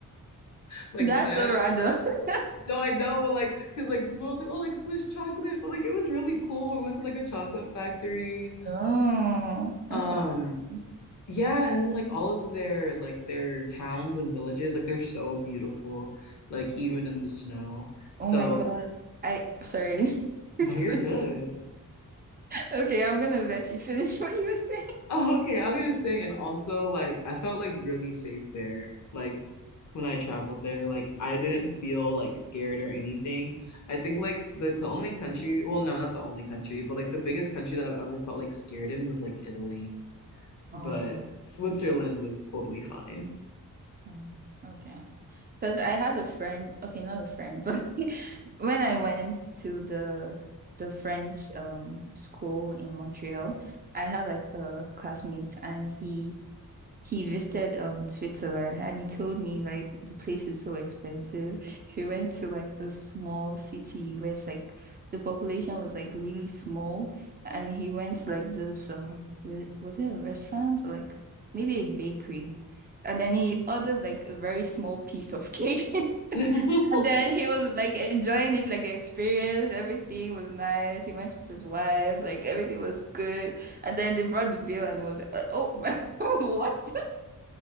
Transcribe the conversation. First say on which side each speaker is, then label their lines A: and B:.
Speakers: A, on the left; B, on the right.
A: Like
B: That's
A: them.
B: so random. <laughs>
A: No, I know, but like, cause like people was like, oh, like Swiss chocolate, but like it was really cool. We went to like a chocolate factory.
B: Oh, that
A: Um,
B: sounds nice.
A: yeah, and then like all of their like their towns and villages, like they're so beautiful, like even in the snow. So
B: Oh my God. I sorry. <laughs>
A: No,
B: It's continue.
A: you're good. <laughs>
B: Okay, I'm gonna let you finish what you were saying.
A: Oh, okay. I was gonna say, and also like I felt like really safe there. Like when I traveled there, like I didn't feel like scared or anything. I think like the co- only country, well, no, not the only country, but like the biggest country that I've ever felt like scared in was like Italy.
B: Oh,
A: but Switzerland was totally fine.
B: um, okay. Because I had a friend, okay, not a friend, but <laughs> when I went to the the French um school in Montreal, I had like a classmate and he he visited um Switzerland and he told me like the place is so expensive. He went to like a small city where it's like the population was like really small and he went to like this um wa- was it a restaurant or like maybe a bakery and then he ordered like a very small piece of cake <laughs>
A: <laughs>
B: and then he was like enjoying it like the experience everything was nice. He went with his wife like everything was good and then they brought the bill and was uh, oh <laughs> what?